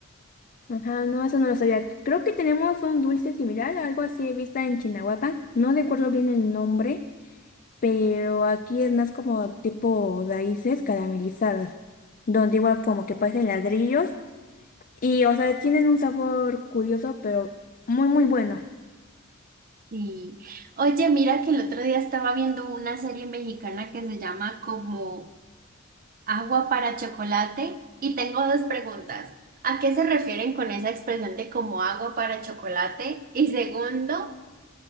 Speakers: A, on the left; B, on the right.
A: Ajá, no, eso no lo sabía. Creo que tenemos un dulce similar, algo así he visto en Chinahuapan. No recuerdo bien el nombre, pero aquí es más como tipo raíces caramelizadas, donde igual como que parecen ladrillos Y, o sea, tienen un sabor curioso, pero muy, muy bueno.
B: Sí. Oye, mira que el otro día estaba viendo una serie mexicana que se llama como Agua para chocolate. Y tengo dos preguntas. ¿A qué se refieren con esa expresión de como agua para chocolate? Y segundo,